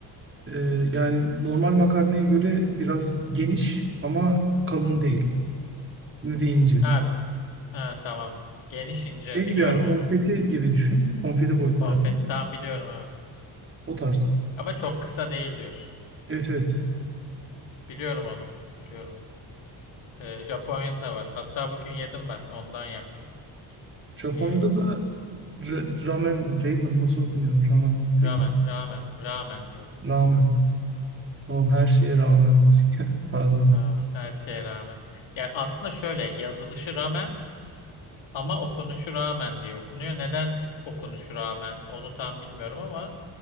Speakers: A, on the right; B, on the left.
A: E, yani normal makarnaya göre biraz geniş ama kalın
B: Hı hı.
A: değil. Ne de ince
B: Ha, ha, tamam. Geniş, ince.
A: Şey gibi
B: Biliyorum
A: yani konfeti
B: onu.
A: gibi düşün. Konfeti boyutları.
B: Konfeti tam biliyorum evet.
A: O tarz.
B: Ama çok kısa değil diyorsun.
A: Evet evet.
B: Biliyorum onu. Biliyorum onu. Ee, Japonya'da da var. Hatta bugün yedim ben. Ondan yaptım.
A: Japonya'da
B: Ee,
A: da ra- ramen, ramen nasıl okunuyor? Ramen, ramen.
B: Rağmen, rağmen, rağmen diyor okudum.
A: Rağmen. Tamam her şeye rağmen. <laughs> Pardon.
B: Rağmen, her şeye rağmen. Yani aslında şöyle yazılışı rağmen ama okunuşu rağmen diye okunuyor. Neden okunuşu rağmen onu tam bilmiyorum ama